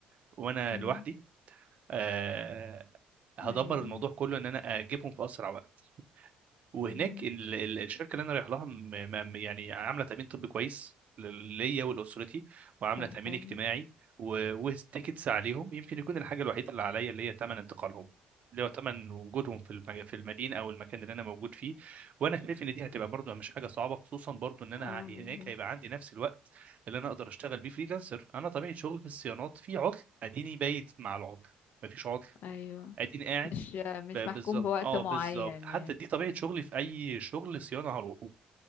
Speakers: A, on the right; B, on the left.
A: وانا
B: مم.
A: لوحدي آه، هدبر
B: ايوه
A: الموضوع كله ان انا اجيبهم في اسرع وقت وهناك
B: مم.
A: ال- ال- الشركه اللي انا رايح لها م- م- يعني عامله تامين طبي كويس لل- ليا ولاسرتي وعامله
B: طب
A: تامين
B: حلو
A: اجتماعي و- والتيكتس عليهم يمكن يكون الحاجه الوحيده اللي عليا اللي هي ثمن انتقالهم اللي هو ثمن وجودهم في المج- في المدينه او المكان اللي انا موجود فيه وانا شايف ان دي هتبقى برضو مش حاجه صعبه خصوصا برضو ان انا
B: اه
A: هناك
B: بالظبط
A: هيبقى عندي نفس الوقت اللي انا اقدر اشتغل بيه فريلانسر انا طبيعه شغل في الصيانات في عطل اديني بايت مع العطل مفيش عطل
B: ايوه
A: اديني قاعد
B: مش مش
A: ب-
B: محكوم
A: بالظبط
B: بوقت
A: اه
B: معين
A: بالظبط حتى
B: يعني
A: دي طبيعه شغلي في اي شغل صيانه هروحه